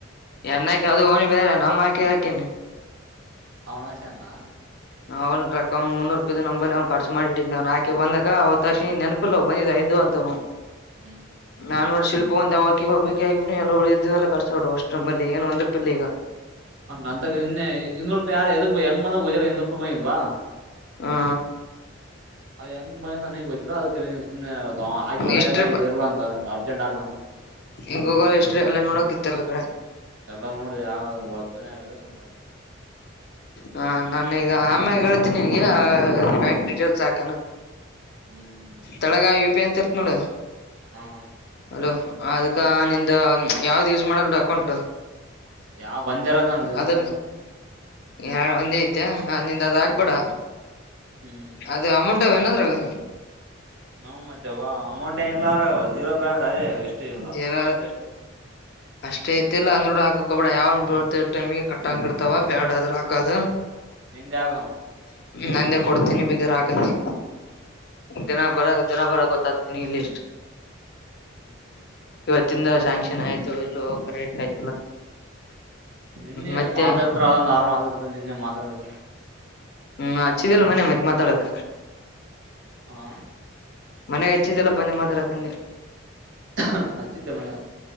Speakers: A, on the left; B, on the right.
A: ಎನ್ಾಕಿ ಅದು ನಿ ಬೇರೆ ನಮ್ಮ ಆಕಿ ಹಾಕಿನಿ
B: ಹನಶನಾ
A: ಅವ್ ರ ಒ್ ಮುನ್ನೂರು ರೂಪಾಯಿ್ ನಂಬೈಲೆ ಅವ್ ಖರ್ಚ ಮಾಡಿಿದ್ ಆಕೆ ಬಂದಾಗ ಅವ ತಕ್ಷಣ ನೆಪಿಲ್ಲ ಅವ ಬಂದಿದ್ದ ಐದು ಅಂತ
B: ಹ್ಮ್
A: ನಾನ್ ನೋಡ ಶಿಲ್ಪ ಒಂದ ಅವಕಿ ಹಬಕಿ ಆಗಿಬ ಎಲ್ಲ ಇದ ಎಲ್ಲ ಕರ್ಸ ಬಿಡು ಅಷ್ಟು ಮಲ್ಲಿ ಏನ್ ಒಂದ ಪಲ್ಲಿಿ ಈಗ
B: ಹಣ್ಣ ಅ ಇನ್ನೆ ಇನ್ನೂರು ರೂಪಾಯ ಯಾರ ಎದಗ್ ಬ ಹೆಂಗ ಬಂದಾಗ ಗಜರ ಇನ್ನೂರು ರಪಿ ಬ ಇದ್ವಾ
A: ಹಾ
B: ಅದ ಹೆಂಗ ಹ ಬಯಂದ ನೀ ಗೊ್ರಾ ಅದಕ್ಕೆ ಸ್ ಆಗಿ ಒಂದ
A: ಇಷ್ಟ್ರಿ
B: ಯತ್ ಆಗಿದ ಇರ್ಲಾ ಅಂತ ಅರ್ಜೆಂಟ್ ಆಗ
A: ಈ ಗೂಗಲ್ ಹಿಸ್ಟ್ರಿ ಅಲ್ಲೇ ನೋಡೋಕಿತ್ತ ಎಲ್ಲ ಕಡೆ
B: ಎಲ್ಲ ನೋಡಿ ಯಾವ ಒತ್ತನೆೇ ಆಗಿದೆ ಸುಮ್ಮತು
A: ಹಾ ನಾನೀಗ ಅಮ್ಮ್ಯ ಹೇಳ್ತೀನಿ ನಿನ್ಗೆ ಬ್ಯಾಂಕ್ ಡೀಟೇಲ್ಸ್ ಹಾಕನು
B: ಹ್ಮ್
A: ತಳಗ ಯು ಪಿ ಅಂತ ಇರ್ತ್ ನೋಡು
B: ಹಾ
A: ಅಲೋ ಅದ್ಕ್ಕ ನಿ್ದ ಯಾವ್ದ ಯೂಸ್ ಮಾಡಲ್ ಅಕೌಂಟ್
B: ಯಾವ ಒಂದ್ ಇರೋದ ನಂದ ಎರಡು
A: ಅದ
B: ಅಲ್ಲ
A: ಯ ಒಂದೇ ಐತಿ ಹಂದಿಂದ ಅದ ಆಗ್ಬೇಡ
B: ಹ್ಮ್
A: ಅದ ಅಮೌಂಟ್ಾವ ಏನಾದ್ರಾಗ
B: ನಮ್ ಮತ್ತೆ ಬ ಅಮೌಂಟ್ ಏಲ್ಲಾರ ಯಜೂರೋ ಬ್ಯಾಂಕ್ ಅದೇ ಎಷ್ಟು ಹತ್ತು
A: ಜೀರ
B: ರೂಪಾಯಿಟ್ ಎಷ್ಟು
A: ಅಷ್ಟೇ ಐತಿಲ್ಲ ಅಂದ್ ಬಿೂಡ ಹಾಕೋ ಬಿಡ ಯಾವ್ ಬಟೈಮಿಗೆ ಕಟ್ಟಂಗಿರ್ತವ ಬ್ಯಾಡ ಅ್ರ್ ಹಾಕೋದು
B: ನಿಂದ ಆಗ
A: ನಂದೆ ಕೊಡ್ತೀನಿ ಬಗರ್ ಹಾಕತಿ ದಿನ ಬರ ದನ ಬರ ಗೊತ್ತಾಗತನಿ ಲಿಸ್ಟ್
B: ಹ್ಮ್ ಹ್ಮ
A: ಇವತ್ತಿಂದ ಶ ಸಾಂಕ್ಷನ್ ಆಯ್ತು ಇ ಕ ರೇಟ್ ಆಯ್ತು
B: ನಿನ್ನೆ
A: ಮತ್ತೆ
B: ಮಾತಾಡ್ಬಿಟ್ರೆ ಅೊಂದು ಆರಾಮ ಆಗತ್ತು ನಿನ್ನೆ ಮಾತಾಡ
A: ಹ್ಮ್ ಅಚ್ಚಿದಲ್ಲ ಮನೆ ಮತ್ ಮಾತಾಡಕ
B: ಹಾ
A: ಮನೆ ಹಚ್ಚಿದ್ದಿಲ್ಲಪ್ಪ ಅಂದ ಮಾತಾ ಹಾಕೊಂಡ
B: ಹ ಆಚಿದ್ದ ಮನೆ